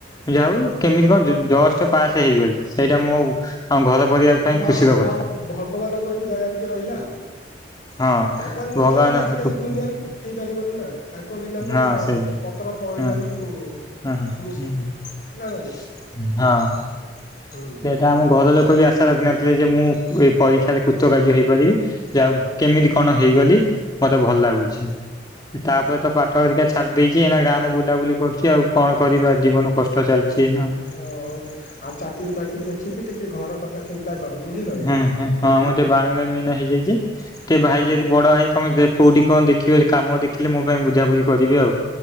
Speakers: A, on the left (about 25°); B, on the left (about 50°).
A: ମୁଁ ଯାଉ
B: ଆଜ୍ଞା
A: କେମିତି କଣ ଜଷ୍ଟ ପାସ୍ ହେଇଗଲି। ସେଇଟା ମୋ ଆମ ଘର ପରିବାର ପାଇଁ
B: ହଁ
A: ଖୁସିର
B: ଭ
A: କଥା
B: ଭଗବାନଙ୍କର ବି ଦୟା ଟିକେ ରହିଲା ଆଉ
A: ହଁ
B: ଭଗବାନ ନ
A: ଭଗବାନ
B: ଚାହିଁଲେ ଆଜିିକାଲି ଦୁନିଆରେ ହେଇପାରିବନି ନା ତାଙ୍କ ବିନା
A: ହଁ
B: ତ
A: ସେଇ
B: ପତ କଳିବା
A: ହଁ
B: ବି ମୁଁ
A: ହଁ,
B: ମୁସ୍କିଲ
A: ହଁ, <unintelligible>
B: ନା ନାଇଁ ହୁଁ
A: ସେଟା ଆମ ଘ ଘର ଲୋକ ବି ଆଶା ରଖି ନଥିଲେ ଯେ, ମୁଁ ଏଇ ପରୀକ୍ଷାରେ କୃତ କାର୍ଯ୍ୟ ହେଇପାରିବି! ଯଉ କେମିତି
B: ହୁଁ
A: କଣ ହେଇଗଲି, ମତେ ଭଲ
B: ହୁଁ
A: ଲାଗୁଛି,
B: ହୁଁ
A: ତାପରେ ତ ପାଠ ହେରିକା ଛାଡି ଦେଇଛି, ଏନା ଗାଁରେ ବୁଲାବୁଲି କରୁଛି ଆଉ କଣ କରିବା ଜୀବନ କଷ୍ଟ ଚାଲିଛି। ଏଇନା ହୁଁ
B: ହଉ ଆଉ ଚାକିରି ଫାକିରି ଦେଖିକି ଟିକେ ଘର କଥା ଚିନ୍ତା। କର ବୁଝିଲ ନା।
A: ହୁଁ ହୁଁ ହଁ ମୁଁ ଟିକେ ବାଳୁଙ୍ଗା ମିଏଇନା ହେଇଯାଇଛି ଟିକେ ଭାଇ
B: ଆଜ୍ଞା
A: ଯଦି ବଡ ହୋଇଥିବ କୋଉଠି କଣ ଦେଖିବେ କାମ ଦେଖିଲେ ମୋ ପାଇଁ ବୁଝାାବୁଝି କରିବି ଆଉ।